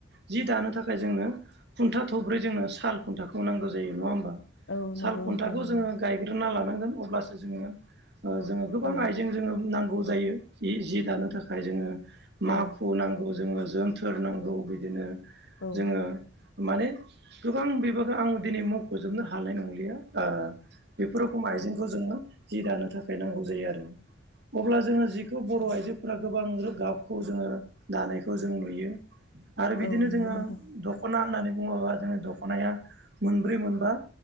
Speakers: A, on the right; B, on the left.
A: जि दानो थाखाय जोंनो खुन्था थब्रै जोंनो साल खुन्थाखौ नांगौ जायो नङा होमबा
B: औ
A: साल
B: नंगौ
A: खुन्थाखौ
B: नोंथां नंगौ
A: जोङो गायग्रोना लानांगोन अब्लासो जोङो ओ जोङो गोबां
B: औ
A: आइजें जोङो नांगौ जायो जि जि दानो थाखाय जोङो माखु
B: औ
A: नांगौ जोङो जोनथोर नांगौ बिदिनो
B: औ
A: जोङो माने गोबां बेबागो आं दिनै मखजोबनो हानाय नंलिया ओ बेफोर रखम आइजेंखौ जोङो जि दानो थाखाय नांगौ जायो आरो अब्ला जोङो जि खौ बर'
B: औ
A: आइजोफोरा गोबां रो गाबखौ जोङो दानायखौ जों नुयो आरो बिदिनो
B: औ नंगौ
A: जोङो
B: नोंथां
A: दखना होननानै बुङोबा जोङो दखनाया मोनब्रै मोनबा